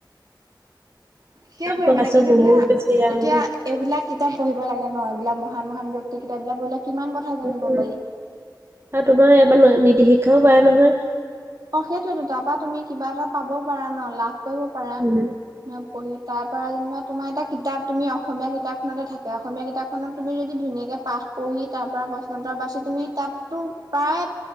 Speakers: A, on the right; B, on the right.
A: সেইবোৰে
B: খৰচো
A: মানে, কিন্তু
B: বহুত
A: ধৰা
B: বেছি আৰু
A: এতিয়া এইবিলাক কিতাপ পঢ়িব লাগে নহ, এইবিলাক মহান মহান ব্যক্তি কিতাপবিলাক পঢ়িলে কিমান কথা জানিব
B: উম,
A: পাৰি।
B: আৰু তোমাৰ <unintelligible> নীতি শিক্ষাও পায় নহয়।
A: অ', সেইটোয়েতো তাৰাপা তুমি কিবা এটা পাব পাৰা নহ, লাভ কৰিব পাৰা।
B: উম,
A: পঢ়ি তাৰপৰা যেনিবা তোমাৰ এতিয়া কিতাপ তুমি অসমীয়া কিতাপখনতে থাকে, অসমীয়া কিতাপখনত তুমি যদি ধুনীয়াকে পাঠ পঢ়ি, তাৰ পৰা প্ৰশ্ন উত্তৰ বাচি তুমি তাতটো প্ৰায়